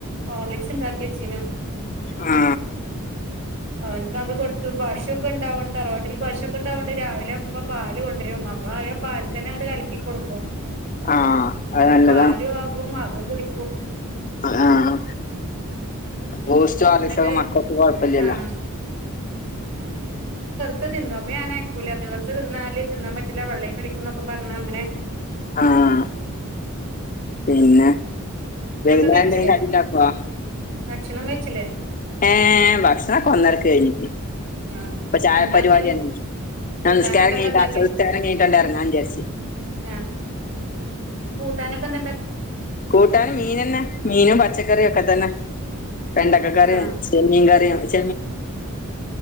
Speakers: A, on the right; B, on the left.
A: ഹോർ ലിക്സ് ഇണ്ടാക്കി വച്ചീനു
B: ആ
A: അവൻക്ക് അത് കൊടുത്തു പശു ഒക്കെ ഉണ്ടാവണ്ട് തറവാട്ടല് പശൊക്കെ ഉണ്ടാവണ്ട് രാവിലെപ്പ പാ ല് കൊണ്ടരും അപ്പൊ ആയ പാൽ തന്നെ അങ്ങട്ട് കലക്കി കൊട്ക്കും
B: ആഹ് അത്
A: ന്നാ
B: നല്ലതാണ്
A: പാലു ആകും അതും കുടിക്ക
B: ആഹ് ബൂസ്റ്റോ ഹോർലിക്സോ
A: എന്നിട്ട്
B: മകൾക്ക് കൊഴപ്പലല്ലോ?
A: ആഹ് ത് തിന്നോ അപ്പൊ ഞാനയ്ക്കൂല അത് വെറത തിന്നാല് തിന്നാൻ പറ്റില്ല വള്ളേക്കടിക്കും ന്നൊക്കെ പറഞ്ഞങ്ങനെ
B: ആഹ്
A: ഉം
B: പിന്നെ വൈനേരം
A: കഴിച്ചില്ലേ
B: ന്തെങ്കിലും കടിണ്ടാ ക്കോ?
A: ഭക്ഷണം കഴിച്ചില്ലേ?
B: ഏ ഭക്ഷ ണൊക്കെഒന്നരക്ക്
A: ആ
B: കഴിഞ്ഞു.
A: ആ
B: പ്പ ചായ
A: എന്താന്ന്
B: പരിപവാടിയാണ്. ഞാ
A: കൂട്ടാനൊക്കെ
B: നിസ്ക്കാരം കഴ്ഞ്ഞിട്ട്
A: എന്താ ഉണ്ടാക്കി
B: സംസ്കാരം കഴ്ഞ്ഞിട്ടാണ്ടെർങ്ങാന്ന് വിചാർച്ചു
A: ആ കൂട്ടാനൊക്കെ എന്താ ഉണ്ടാക്കി
B: കൂട്ടാന് മീനന്നെ മീനും പച്ച റിയൊക്കെ തന്നെ വെണ്ടക്ക കറി
A: ആ
B: ചെമീൻ കറി <unintelligible> ഉം